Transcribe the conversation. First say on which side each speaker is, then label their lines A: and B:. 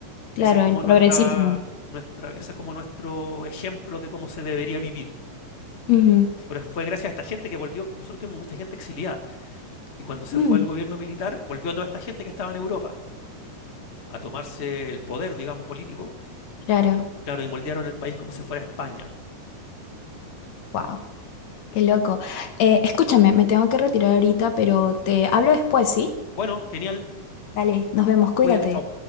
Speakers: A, on the left; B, on the left.
A: Claro,
B: Ese es como
A: el progresismo.
B: nuestra, nuestra, ese es como nuestro ejemplo de cómo se debería vivir.
A: Ujú.
B: Pero fue gracias a esta gente que volvió. Nosotros tuvimos mucha gente exiliada. Y cuando se
A: Mm,
B: fue el gobierno militar, volvió toda esta gente que estaba en Europa a tomarse el poder, digamos, político.
A: claro.
B: Claro, y moldearon el país como si fuera España.
A: Wow. Qué loco. Eh, escúchame, me tengo que retirar ahorita, pero te hablo después, ¿sí?
B: Bueno, genial.
A: Dale, nos vemos, cuídate.
B: Cuídate, chao.